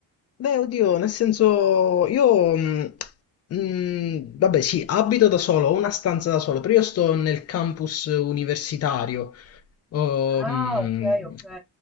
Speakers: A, on the left (about 40°); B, in the centre.
A: beh, oddio, nel senso, io, mh, mh, vabbè, sì, abito da solo, ho una stanza da solo, però io sto nel campus universitario, Oh,
B: Ah,
A: mh,
B: ok, ok.